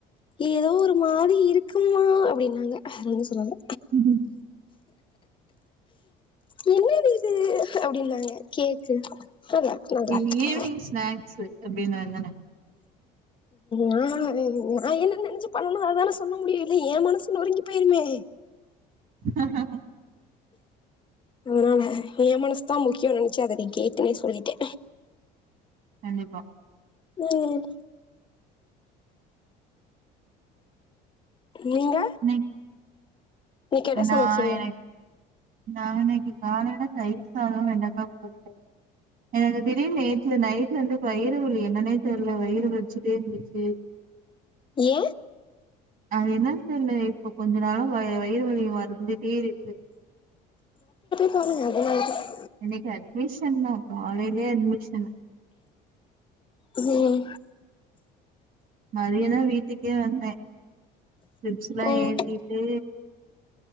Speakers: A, on the left; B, on the right.
A: ஏதோ ஒரு மாரி இருக்கும்மா அப்பிடின்னாங்க வேற ஒன்னு சொல்லல
B: உஹம்
A: என்னது இது அப்டின்னாங்க கேக்கு நல்லா இருக்கு நல்லா
B: ஈ
A: இருக்கு
B: ஈ ஈவினிங் ஸ்நாக்ஸு அப்டின்னா அதான
A: நா ன் நா என்ன நெனைச்சு பண்ணனோ அததான சொல்ல முடியு இல்ல ஏன் மனசு நொறுங்கி போயிருமே
B: ஹ்ஹ
A: அதனால ஏன் மனசுதா முக்கியோன்னு நெனைச்சு அத அப்டி கேட்டவுன்னே சொல்லிட்டே
B: கண்டிப்பா
A: ம் நீங்க?
B: இன்னைக்கு
A: இன்னக்கி என்ன சமைச்சிங்க?
B: நா எனக்கு நா இன்னக்கி காலைலதா தயிர் சாதோ வெண்டக்கா பொரியலு எனக்கு திடீர்னு நேத்ல நைட்ல இருந்து வயிறு வலி என்னன்னே தெர்ல வயிறு வலிச்சுட்டே இருந்துச்சு
A: ஏ
B: அது என்னன்னு தெரியல இப்ப கொஞ்ச நாளம் வ வயிறு வலியம் வருது வந்துட்டே இருக்கு
A: சங்கதுது
B: இன்னைக்கு அட்மிஷன் தா காலையிலயே அட்மிஷன்
A: உஹம்
B: மதியதான் வீட்டுக்கே வந்தே திச்சல்லா
A: ம்
B: ஏத்திட்டு